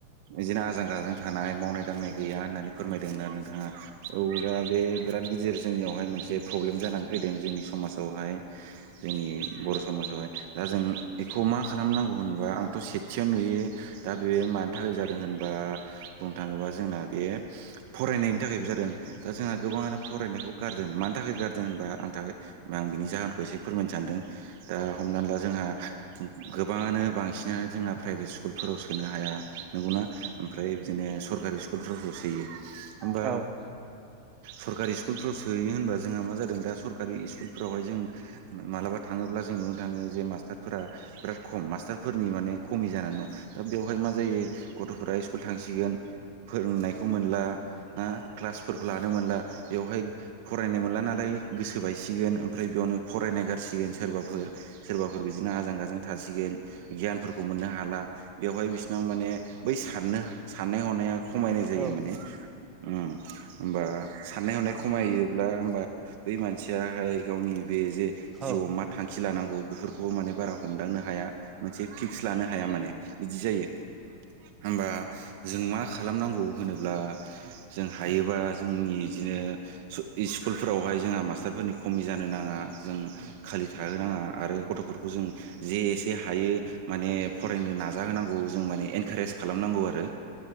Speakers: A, on the right; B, on the right.
A: बिदिनो आजां गाजां थानाय मावनाय दांनाय गैया होननानै फोरमायदोंना नोंथाङा औ दा बे बिराद गिदिर जोंनियावहाय मोनसे प्रब्लेम जानानै फैदों जोंनि समाजावहाय जोंनि बर' समाजावहाय दा जों बेखौ मा खालामनांगौ होनबा आंथ' से थियाव नुयो दा बेयो मानि थाखाय जादों होनबा बुंनो थाङोबा जोंना बे फरायनाय जादों दा जोंहा गोबाङानो फरायनायखौ गारदों मानो थाखाय गारदों होनबा आंनि थाखाय आं बिनि जाहोन एसे फोरमायनो सानदों दा हमनानै ला जोंहा गोबाङानो बांसिनानो जोंना प्राइभेट स्कुलफोराव सोनो हाया नंगौना ओमफ्राय बिदिनो सरकारि स्कुलफ्रावसो सोयो होमबा
B: औ
A: सरकारि स्कुलफ्राव सोयो होनबा जोंहा मा जादों दा सरकारि स्कुलफ्रावहाय जों मालाबा थाङोब्ला जों नुनो थाङो जे मास्टारफोरा बिराद खम मास्टारफोरनि माने खमि जानानै दं दा बेवहाय मा जायो गथ'फोरा स्कुल थांसिगोन फोरोंनाय खौ मोनला क्लासफोरखौ लानो मोनला बेवहाय फरायनो मोनला नालाय ओमफ्राय गोसो बायसिगोन ओमफ्राय बेयावनो फरायनाय गारसिगोन सोरबा सोरबाफोर बिदिनो आजां गाजां थासिगोन गियानफोरखौ मोननो हाला बेवहाय बिसिनाव माने बै साननो साननाय हनाया खमायनाय जायो
B: औ
A: माने होमबा साननाय हनाय खमायोब्ला होमबा बै मानसियाहाय गावनि बे जे जिउआव
B: औ
A: मा थांखि लानांगौ बेफोरखौबो माने बारा हमदांनो हाया मोनसे फिक्स लानो हाया। माने बिदि जायो होमबा जों मा खालामनांगौ होनोब्ला जों हायोबा जोंनि बिदिनो स्कुलफोरावहाय जोंहा मास्टारफोरनि खमि जानो नाङा। जों खालि थाहोनाङा आरो गथ'फोरखौ जों जे एसे हायो माने फरायनो नाजा होनांगौ। जों माने इनकारेज खालामनांगौ आरो